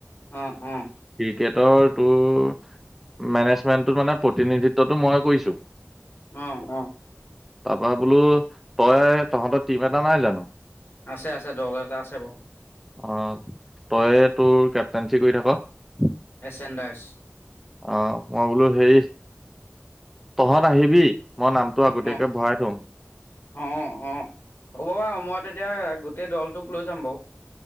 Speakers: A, on the left (about 55°); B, in the centre.
A: অ অ
B: ক্ৰিকটৰ তোৰ মেনেজমেন্টটোত মানে প্ৰতিনিধিত্বটো মই কৰিছো
A: উম উম
B: তাৰপৰা বোলো তই তহঁতৰ টিম এটা নাই জানো
A: আছে আছে দল এটা আছে বাৰু
B: অ তই তোৰ কেপটেনঞ্চি কৰি থাক
A: এচেণ্ডাৰ্ছ
B: অ মই বোলো হেৰি তহঁত আহিবি মই নামটো আগতীয়াকে
A: অ
B: ভৰাই থম
A: অ অ হ'ব বাৰু মই তেতিয়া গোটেই দলটোক লৈ যাম বাৰু